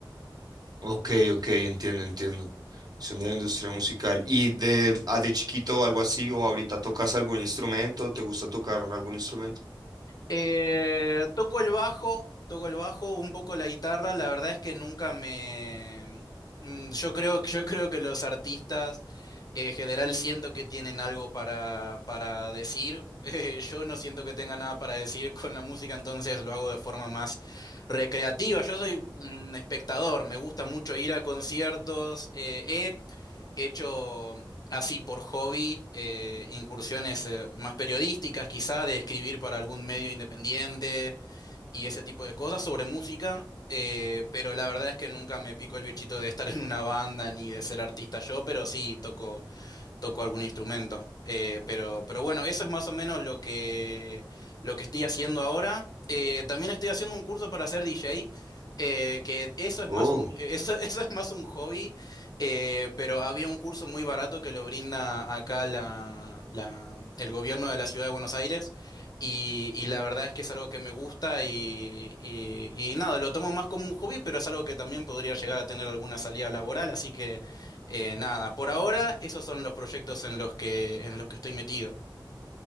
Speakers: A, on the right (about 50°); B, on the left (about 50°).
A: Ok, ok, entiendo, entiendo. Son de la industria musical. ¿Y de, ah, de chiquito o algo así? ¿O ahorita tocas algún instrumento? ¿Te gusta tocar algún instrumento?
B: Eh, toco el bajo, toco el bajo, un poco la guitarra. La verdad es que nunca me. mm, Yo creo, yo creo que los artistas eh, en general siento que tienen algo para, para decir. <laughs> Eh, yo no siento que tenga nada para decir con la música, entonces lo hago de forma más recreativa. Yo soy un espectador, me gusta mucho ir a conciertos. eh, He hecho así por hobby eh, incursiones eh, más periodísticas, quizá de escribir para algún medio independiente y ese tipo de cosas sobre música, eh, pero la verdad es que nunca me pico el bichito de estar en una banda ni de ser artista yo, pero sí toco toco algún instrumento. Eh, pero, pero bueno, eso es más o menos lo que, lo que estoy haciendo ahora. Eh, también estoy haciendo un curso para ser DJ, eh, que eso es
A: Oh,
B: más un, eso, <laughs> eso es más un hobby, eh, pero había un curso muy barato que lo brinda acá la, la- el gobierno de la ciudad de Buenos Aires. Y, y la verdad es que es algo que me gusta y, y, y nada, lo tomo más como un hobby, pero es algo que también podría llegar a tener alguna salida laboral, así que eh, nada, por ahora esos son los proyectos en los que, en los que estoy metido.